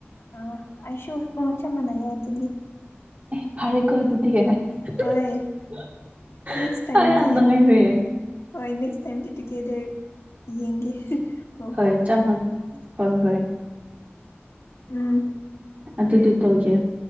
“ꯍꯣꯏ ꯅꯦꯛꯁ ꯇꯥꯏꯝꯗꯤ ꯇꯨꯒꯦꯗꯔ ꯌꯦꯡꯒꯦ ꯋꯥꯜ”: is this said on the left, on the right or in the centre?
Left